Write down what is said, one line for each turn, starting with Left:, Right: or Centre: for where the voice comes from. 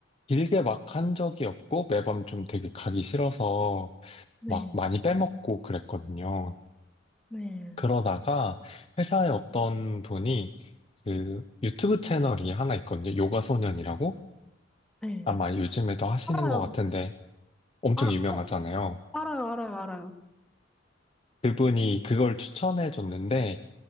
Left: 길게 막 한 적이 없고 매번 좀 되게 가기 싫어서
Centre: 네.
Left: 막 많이 빼먹고 그랬거든요.
Centre: 네.
Left: 그러다가 회사에 어떤 분이 그 유튜브 채널이 하나 있거든요. 요가 소년이라고
Centre: 네.
Left: 아마 요즘에도 하시는
Centre: 알아요.
Left: 것 같은데 엄청
Centre: 아,
Left: 유명하잖아요.
Centre: 어, 알아요, 알아요, 알아요.
Left: 그분이 그걸 추천해 줬는데